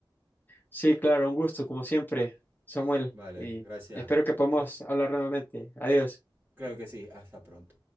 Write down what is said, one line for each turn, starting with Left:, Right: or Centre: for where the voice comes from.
Left: Sí, claro, un gusto, como siempre, Samuel,
Right: Vale,
Left: y
Right: gracias.
Left: espero que podamos hablar nuevamente. Adiós.
Right: Claro que sí, hasta pronto.